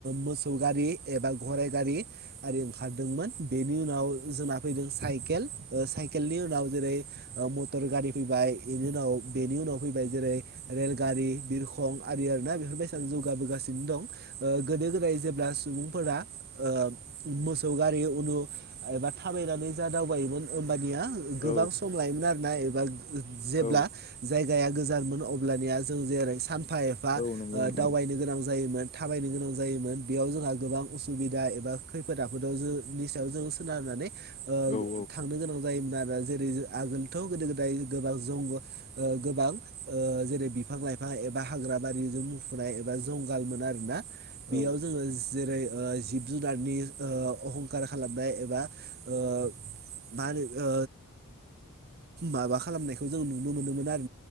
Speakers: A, on the right; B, on the left.
A: मोसौ गारि एबा गराइ गारि आरि ओंखारदोंमोन। बेनि उनाव जोंना फैदों साइकेल साइकेलनि उनाव जेरै मटर गारि फैबाय बेनि उनाव बेनि उनाव फैबाय जेरै रेलगारि बिरखं आरियना बेफोरबायदिानो जौगाबोगासिनो दं गोदो-गोदाय जेब्ला सुबुंफोरा ओ मोसौ गारि उनु एबा थाबायनानै जा दावबायोमोन। होनबानिया गोबां
B: औ
A: सम लायोमोन आरोना एबा जेब्ला
B: औ
A: जाय गाया गोजानमोन अब्लानिया जों जेरै सान फा एफा ओ
B: औ नंगौ नोंथां
A: दावबायनो गोनां जायोमोन थाबायनो गोनां जायोमोन बेयाव जोंहा गोबां असुबिदा एबा खैफोद आफोदाव जोंनि सायाव जों सोनारनानै ओ
B: औ औ
A: थांनो गोनां जायोमोन आरो जेरै आगोलथ' गोदो-गोदाय गोबां जंग गोबां ओ जेरै बिफां-लाइफां एबा हाग्रा बारिजों मुफुनाय एबा जं गल मोन आरोना बेयाव
B: औ
A: जोङो जेरै ओ जिब-जुनारनि ओ अहंखार खालामनाय एबा ओ मा होनो ओ माबा खालामनायखौ जों नुनो मोनोमोन आरो